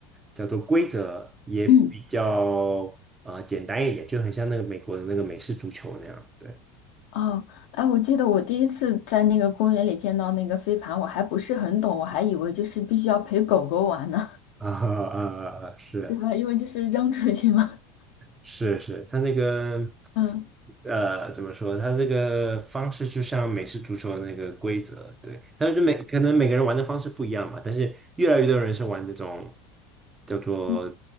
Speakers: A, on the right (about 20°); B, on the left (about 65°).
A: 叫做规则也比较啊简单一点，
B: 嗯
A: 就很像那个美国的那个美式足球那样，对
B: 哦，哎，我记得我第一次在那个公园里见到那个飞盘，我还不是很懂，我还以为就是必须要陪狗狗玩呢，
A: <laughs> 啊啊啊，啊是
B: <laughs> 对吧？因为就是扔出去嘛。
A: 是是，他那个
B: 嗯
A: 呃，怎么说？它这个方式就像美式足球的那个规则，对。但是每可能每个人玩的方式不一样嘛，但是越来越多人是玩这种叫做
B: 嗯，